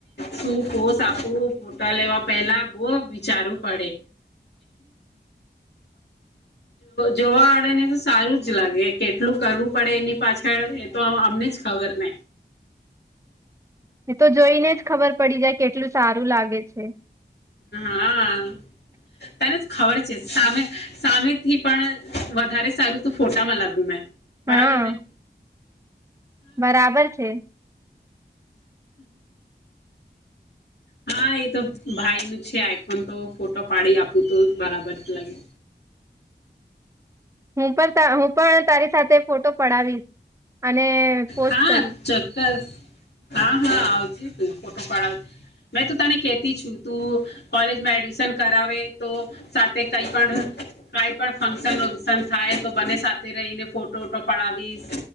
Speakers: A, on the left; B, on the right.
A: શું પોસ્ટ આપવું ફોટા લેવા પેલા બહ વિચારવું પડે જોવાડે ને તો સારું જ લાગે કેટલું કરવું પડે એની પાછળ એ તો અમને જ ખબર નહ
B: એ તો જોઈને જ ખબર પડી જાય કેટલું સારું લાગે છે
A: હા તને જ ખબર છે સામે સામેથી પણ વધારે સારું તો ફોટામાં લાગ્યું મેં બરાબર
B: હા
A: નહી
B: બરાબર છે
A: હા એ તો ભાઈ નું છે આઈફોન તો ફોટો પાડી આપું તો બરાબર જ લાગે
B: હું પણ હું પણ તારી સાથે ફોટો પડાવીશ અને પોસ્ટ
A: હા
B: કરીશ
A: ચોક્કસ હા હા આવજ તું ફોટો પડાવ મેં તો તને કેતી છુ તું કોલેજમાં એડમિશન કરાવે તો સાથે કઈ પણ કઈ પણ ફંક્શન વંક્શન થાય તો બને સાથે રહીને ફોટો વોટો પડાવીશ